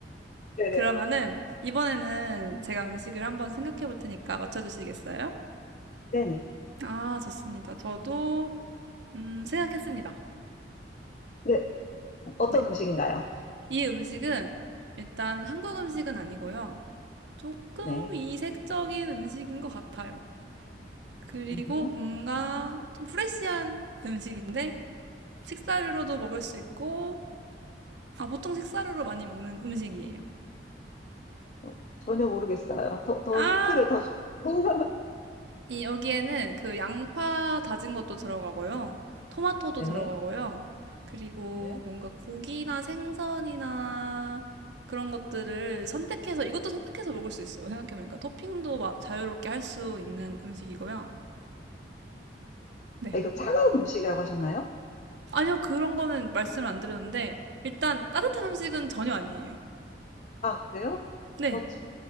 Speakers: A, on the left; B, on the right.
A: 네네.
B: 그러면은 이번에는 제가 음식을 한번 생각해 볼 테니까 맞춰 주시겠어요?
A: 네네.
B: 아, 좋습니다. 저도 음, 생각했습니다.
A: 네. 어떤
B: 네.
A: 음식인가요?
B: 이 음식은 일단 한국 음식은 아니고요. 조금
A: 네.
B: 이색적인 음식인 것 같아요. 그리고
A: 음.
B: 뭔가 좀 프레시한 음식인데 식사류로도 먹을 수 있고 아, 보통 식사류로 많이 먹는 음식이에요.
A: 어, 전혀 모르겠어요. 더, 더
B: 아,
A: 힌트를 더 주... <laughs>
B: 이 여기에는 그 양파 다진 것도 들어가고요. 토마토도
A: 네.
B: 들어가고요. 그리고
A: 네.
B: 뭔가 고기나 생선이나 그런 것들을 선택해서 이것도 선택해서 먹을 수 있어요. 생각해보니까 토핑도 마- 자유롭게 할 수 있는 음식이고요. 네.
A: 아, 이거 차가운 음식이라고 하셨나요?
B: 아니요, 그런 거는 말씀을 안 드렸는데 일단 따뜻한 음식은 전혀 아니에요.
A: 아, 그래요?
B: 네.
A: 어, 저-